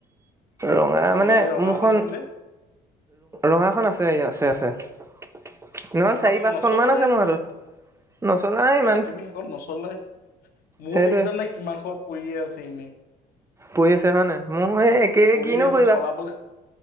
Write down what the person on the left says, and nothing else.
তোমাৰ
যে ৰঙা
এখন আছিলে
সেইখন
নচলোৱাই
তোমালোকে।
এ তুমি শেষত নচলে মোৰ
দেখিছা নে কিমান সোপা পৰিয়ে আছে ছেমে।
কৰি
আছে
চলাবলে